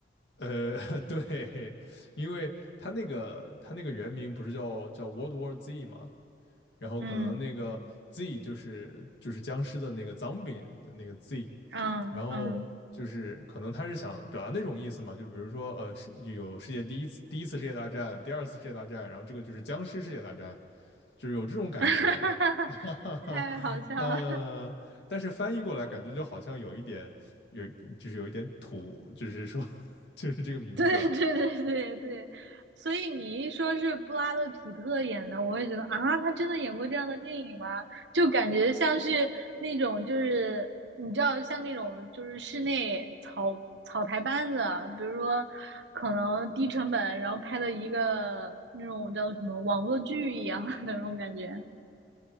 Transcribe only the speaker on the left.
呃，<laughs> 对，因为它那个它那个原名不是叫叫 World War Z 嘛，然后可能那个
Z 就是就是僵尸的那个 zombie 的那个 Z，
然后就是可能他是想表达那种意思嘛，就比如说呃是有世界第一次第一次世界大战，第二次世界大战，然后这个就是僵尸世界大战，就是有这种感觉，
<laughs> 哈哈哈，
呃，但是翻译过来感觉就好像有一点有就是有一点土，就是说 <laughs> 就是这个名字啊，